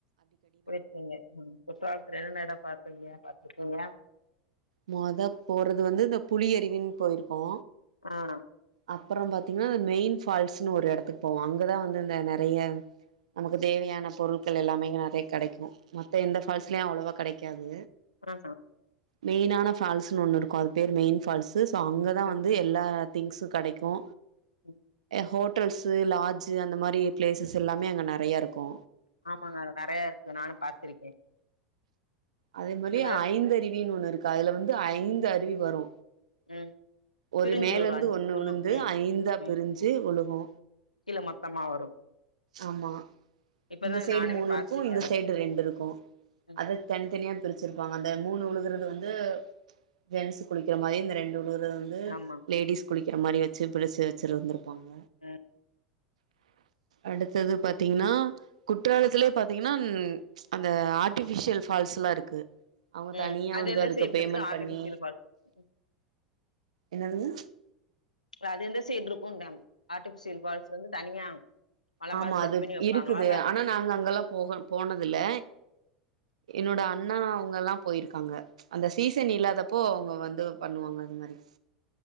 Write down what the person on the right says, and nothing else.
மொத போறது வந்து இந்த புலி அருவினு போயிருக்கோ
அப்புறோ பாத்தீங்கன்னா இந்த மெயின் ஃபால்ஸ்ன்னு ஒரு எடத்துக்கு போவோ அங்கதா வந்து இந்த நெறைய நமக்கு தேவையான பொருட்கள் எல்லாமே நெறைய கெடைக்கு மத்த எந்த ஃபால்ஸ்லயு அவ்ளவா கெடைக்காது
மெயினான ஃபால்ஸ்ன்னு ஒன்னு இருக்கு அது பேர் மெயின்
ஃபால்ஸ் சோ அங்கதா
வந்து எல்லா திங்ஸு கெடைக்கு
ஹோட்டல்ஸு லார்ஜு அந்த மாரி பிளேஸஸ் எல்லாமே அங்க நெறயா இருக்கு
அதே மாரி
ஐந்து அருவின்னு ஒண்ணு இருக்கு அதுல வந்து ஐந்து அருவி வரு
ஒரு
மேலந்து
ஒண்ணு விழுந்து
ஐந்தா
பிரிஞ்சு உழுகு
ஆமா
இந்த சைடு
மூணு
இருக்கு இந்த
சைடு ரெண்டு இருக்கு
அத தனி தனியா பிரிச்சிருப்பாங்க அந்த மூணு உழுகுறது வந்து ஜென்ஸ் குளிக்கிற மாரி இந்த ரெண்டு உழுகுற வந்து து
லேடிஸ் குளிக்கிற மாரி வச்சு பிடிச்சு வச்சுருந்துருப்பாங்க
அடுத்தது பாத்தீங்ன்னா குற்றாலத்லயே பாத்தீங்ன்னா அந்த ஆர்ட்டிஃபிஷியல் ஃபால்ஸ்லா இருக்கு அவங்க
தனியா
வந்து
அதுக்கு
பேமெண்ட்
பண்ணி
என்னதுங்க
ஆமா
அது
இருக்குது
ஆனா நாங்க அங்கெல்லா போக போனதுல்ல என்னோட அண்ணா அவங்கல்லா போயிருக்காங்க அந்த சீசன் இல்லாதப்போ அவங்க வந்து பண்ணுவாங்க அது மாரி